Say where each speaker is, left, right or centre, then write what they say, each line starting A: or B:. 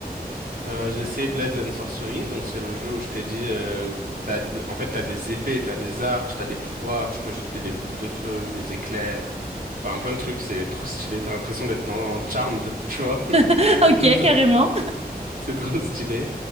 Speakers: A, on the right; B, on the right.
A: Euh, j'ai essayé Blades and Sorcery, donc c'est le jeu où je t'ai dit, euh, où t'as, des- en fait, t'as des épées, t'as des arches, t'as des pouvoirs, tu peux jeter des boules de feu, des éclairs, enfin plein de trucs, c'est trop stylé, t'as l'impression d'être dans Charmed, tu vois,
B: <laughs>
A: <laughs>
B: Ok,
A: Donc,
B: carrément.
A: c'est trop stylé.